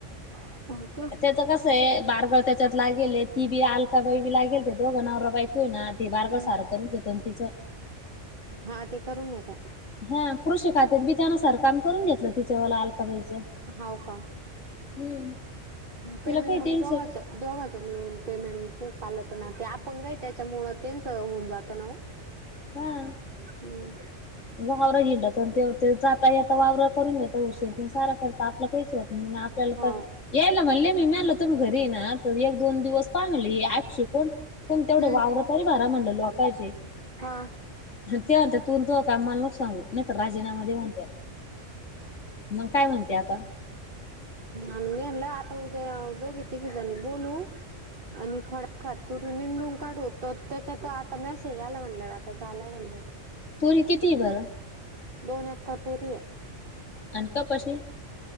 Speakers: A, on the right; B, on the left.
A: हो का?
B: त्याचा कास बारगा त्याच्यात लागेल ती बी अलका बाई बी लागेल ते दोघं न बाई ना ते बारग
A: हम्म
B: सारं करत घेतो तिचं
A: हा ते करून घ्याता
B: हा कृषी खात्यात बी त्यानुसार काम करून घेतलं तिच्या वला अलकाबाईचं
A: होव का
B: हम्म
A: पेमेंट
B: तिला काही
A: मग
B: टेन्शन
A: दोघाच दोघाच म्हळून पेमेंट ते चालं प ना ते आपण गय त्याच्यामुळ त्यांच होऊन जातं ना हो ह
B: हम्
A: हम्म
B: वावरा हिंडा ते जाताता वावररा करून देतो उशीर किंवा सारा करत आपलं काहीच होत नाही आपल्याला
A: हाव
B: तर यायला म्हणले मी मिळाल तुम घरी ना तर एक दोन दिवस पामली श कोण पण तेवढे
A: हम्म
B: वावरतरी भारा म्हणलं लोकायचे
A: हा
B: ते म्हते त तू का मला लोक सांगू नाही तर राजीनामा दे म्हणते मग काय म्हणते आता
A: आम मेला आता उद्या दोगी तघनी बोलू आणि थोड्याफार तुरी मंदून काढूत त्याच्यात आता मेसेज आला म्हण आता झाला म्हणणार
B: तुरी किती बर
A: दोन एककापोरी
B: आणि का कशी